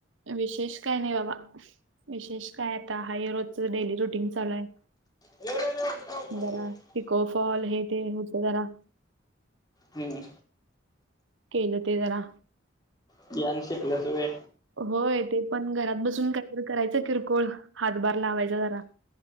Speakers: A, on the right; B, on the left.
A: विशेष काय नाही बाबा, विशेष काय आता हाय रोजच डेली रुटीन चालू आहे.
B: हम्म
A: जरा पिको फॉल हे ते होत जरा.
B: हम्म
A: केल ते जरा.
B: <unintelligible> शिकल्यास होय.
A: होय ते पण घरात बसून काहीतरी करायचं किरकोळ हातभार लावायचा जरा.